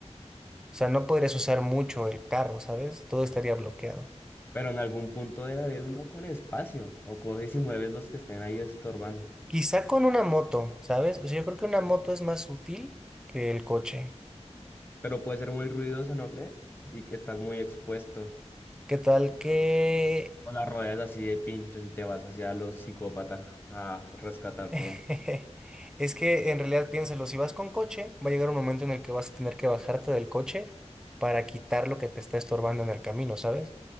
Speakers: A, in the centre; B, on the left.
A: O sea, no podrías usar mucho el carro, ¿sabes? Todo estaría bloqueado.
B: Pero en algún punto debe haber uno con espacio. O coges y mueves los que estén ahí estorbando.
A: Quizá con una moto, ¿sabes? O sea, yo creo que una moto es más útil que el coche.
B: Pero puede ser muy ruidosa, ¿no crees? Y que estás muy expuesto.
A: ¿Qué tal que...
B: O la rodeas así de pinchos y te vas hacia los psicópatas a rescatar todo.
A: <laughs> Es que en realidad piénsalo, si vas con coche, va a llegar un momento en el que vas a tener que bajarte del coche para quitar lo que te está estorbando en el camino, ¿sabes?